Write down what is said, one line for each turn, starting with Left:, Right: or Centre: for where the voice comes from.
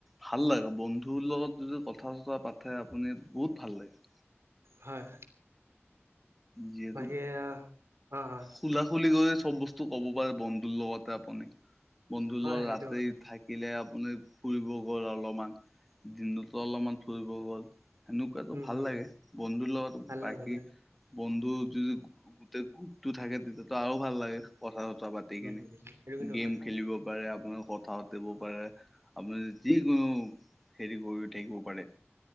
Centre: ভাল লাগে বন্ধুৰ লগত যদি কথা চথা পাতে আপুনি বহুত ভাল লাগে।
Right: হয়।
Centre: যিহেতু
Right: বাকী অ হয়
Centre: খোলা খোলিকৈ চব বস্তু স্তু ক'ব পাৰে বন্ধুৰ লগতে আপুনি বন্ধুৰ
Right: হয়
Centre: লগত
Right: সেইটো
Centre: ৰাতি
Right: হয়
Centre: থাক থাকিলে আপুনি ফুৰিব গ'ল অলপমান দিনটোতো অলপমান ফুৰিব গ'ল। সেনেকুৱাটো
Right: উম
Centre: ভাল
Right: হম
Centre: লাগে
Right: হম
Centre: বন্ধুৰ লগত
Right: ভালে
Centre: বাকী
Right: ভালে
Centre: বন্ধুৰ যদি গোটেই গ্ৰুপটো থাকে তেতিয়াতো আৰু ভাল লাগে কথা চথা পাত পাতি
Right: উম
Centre: কেনে,
Right: উম সেইটো কিন্তু
Centre: গেম
Right: হয় হয়
Centre: খেলিব পাৰে আপোনাৰ লগত কথা পাতিবও পাৰে। আপুনি যিকোনো হেৰী কৰি থাকিবও পাৰে।